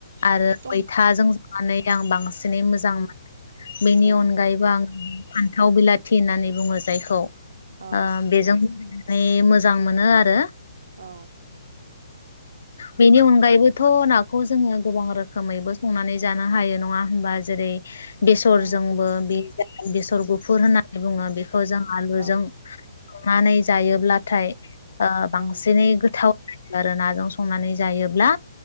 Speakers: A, on the left; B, on the right.
A: आरो
B: सम
A: मैथाजों संनानै आं बांसिनै मोजां मोनो बेनि
B: औ औ
A: अनगायैबो आं फान्थाव बिलाथि होननानै बुङो जायखौ
B: औ
A: आ बेजों नै मोजां मोनो आरो
B: औ।
A: बेनि अनगायैबोथ' नाखौ जोङो गोबां रोखोमैबो संनानै जानो हायो नङा होनबा जेरै- बेसरजोंबो
B: औ
A: बे बेसर गुफुर होननानै बुङो बेखौ जों आलुजों
B: औ
A: संनानै जायोब्लाथाय ओ बांसिनै
B: औ
A: गोथाव आरो नाजों सं संनानै जायोब्ला